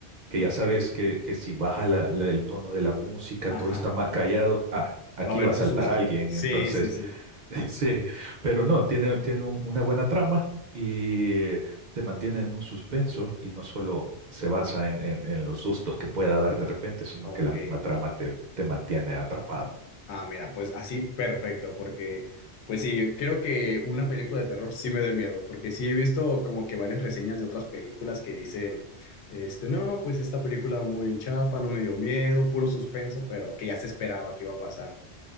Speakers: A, on the right; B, on the left.
A: que
B: Ok.
A: ya sabes que, que si baja la- la- el tono de la música, todo
B: Ajá.
A: está más callado, ah, aquí
B: Va a haber
A: va
B: un
A: a saltar
B: susto.
A: alguien,
B: Sí,
A: entonces
B: sí, sí.
A: <laughs> Sí, pero no, tiene, tiene un- una buena trama y te mantiene en un suspenso y no solo se basa en, en- en los sustos que pueda dar de repente, sino
B: Ok.
A: que la misma trama te, te mantiene atrapado.
B: Ah, mira, pues así perfecto, porque pues sí, creo que una película de terror sí me da miedo, porque sí he visto como que varias reseñas de otras películas que dicen, este, no, pues esta película muy chafa, no me dio miedo, puro suspenso, pero que ya se esperaba que iba a pasar.